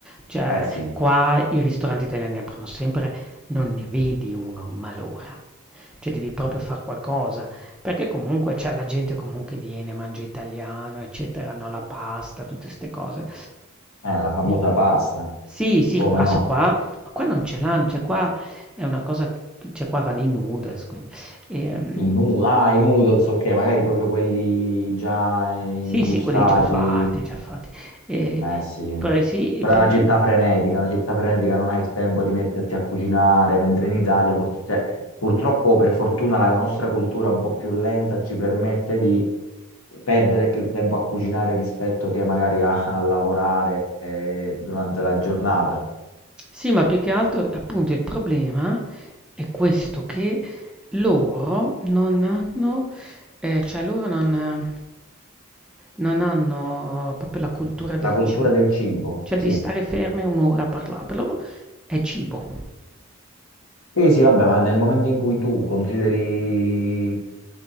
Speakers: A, in the centre; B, on the left (about 70°).
A: Cioè,
B: Beh sì,
A: qua i ristoranti italiani aprono sempre, non ne vedi uno, ma l'ora. Cioè, devi proprio far qualcosa. Perché comunque c'è la gente comunque viene, mangia italiano, eccetera, no, la pasta, tutte ste cose.
B: eh, la famosa
A: Di-
B: pasta,
A: Sì, sì,
B: come
A: qua,
B: no?
A: so qua, ma qua non ce l'hanno, cioè qua è una cosa, cioè qua vanno i noodles, quindi. Ehm,
B: I nu- ah, i noodles, ok, magari proprio quelli già imbustati,
A: sì, sì, quelli già fatti, già fatti. E,
B: Eh sì,
A: poi sì,
B: però
A: il problema...
B: è una città frenetica, una città frenetica non hai il tempo di metterti a cucinare, mentre in Italia pur- cioè, purtroppo per fortuna la nostra cultura un po' più lenta ci permette di perdere più tempo a cucinare rispetto che magari a, a lavorare eh, durante la giornata.
A: Sì, ma più che altro, appunto, il problema è questo, che loro non hanno, eh, cioè loro non, non hanno proprio la cultura del
B: La cultura
A: cibo,
B: del cibo,
A: cioè
B: sì.
A: di stare ferme un'ora a parlare, per loro è cibo,
B: Sì, sì, vabbè, ma nel momento in cui tu consideri